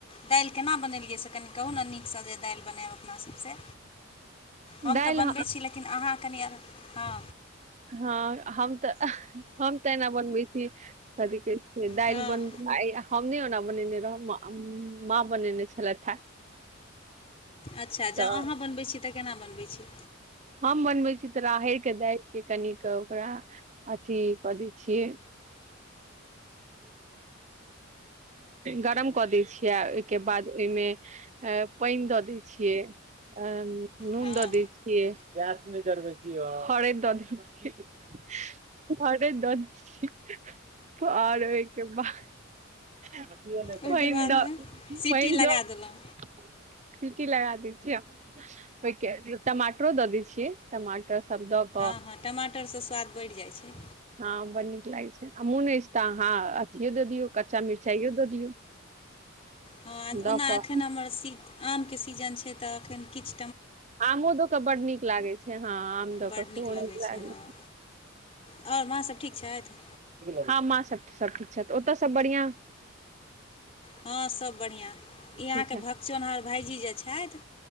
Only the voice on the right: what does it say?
दालि
हाँ हम तऽ हम तऽ एना बनबै छी हर से दाल
बन हम नहि ओना बनेने रहौ माँ माँ बनेने छलथि हे
तऽ
बनबै छी तऽ राहड़ के दाल के कनी क ओकरा अथी कऽ दै छियै गरम कऽ द छिय ओइके बाद पाइन द दैत छियै नून
द दैत छियैक हरद ददै छीयै हरद द दैत छीयैक पहि
पहिन्द
<unintelligible> खीङकी लगा दैत छियै ओहिके टमाटरो दऽ दैत छियै टमाटर सब दऽ क
हाँ बड्ड नीक लागैत छै मोन अइछ तऽ अहाँ अथियो दऽ दियौ कच्चा मिरचाइओ दऽ दियौ
दऽ
कऽ
आमो दऽ कऽ बड्ड नीक लागैत छै हाँ आम दऽ
कऽ सेहो
नीक लागै
छै <unintelligible> सब ठीक छथऽ ओतयसब बढ़ियाॅं
ठीक
छै